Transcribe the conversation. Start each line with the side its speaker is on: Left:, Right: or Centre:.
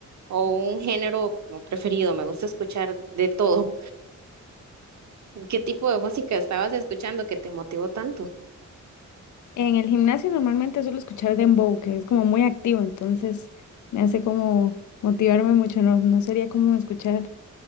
Right: o un género como preferido. Me gusta escuchar de todo. ¿Qué tipo de música estabas escuchando que te motivó tanto?
Left: En el gimnasio normalmente suelo escuchar dembow, que es como muy activo, entonces me hace como motivarme mucho, no, no sería como escuchar